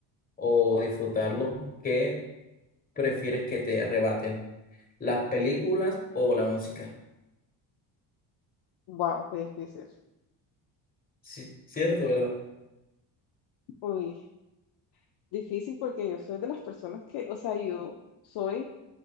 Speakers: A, on the left; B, on the left.
A: o disfrutarlo, ¿qué prefieres que te arrebaten? ¿Las películas o la música?
B: Wow, qué difícil.
A: Sí, cierto, ¿verdad?
B: Uy. Difícil porque yo soy de las personas que, o sea, yo soy